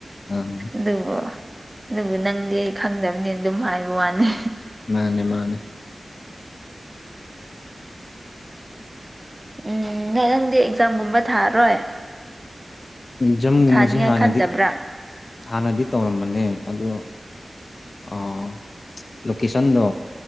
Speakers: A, on the left (about 55°); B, on the right (about 20°).
A: ꯎꯝ
B: ꯑꯗꯨꯕꯨ ꯑꯗꯨꯕꯨ ꯅꯪꯗꯤ ꯑꯩ ꯈꯪꯗꯕꯅꯤꯅ ꯑꯗꯨꯝ ꯍꯥꯏꯕꯩ ꯋꯥꯅꯦ
A: ꯃꯥꯅꯦ ꯃꯥꯅꯦ
B: ꯎꯝ ꯅꯪ-ꯅꯪꯗꯤ ꯑꯦꯛꯖꯥꯝꯒꯨꯝꯕ ꯊꯥꯔꯣꯏ
A: ꯖꯝꯒꯨꯝꯕꯁꯦ
B: ꯊꯥꯅꯤꯡꯉꯥꯏ
A: ꯍꯥꯟꯅꯗꯤ
B: ꯈꯟꯗꯕ꯭ꯔꯥ
A: ꯍꯥꯟꯅꯗꯤ ꯇꯧꯔꯝꯕꯅꯦ ꯑꯣ ꯂꯣꯀꯦꯁꯟꯗꯣ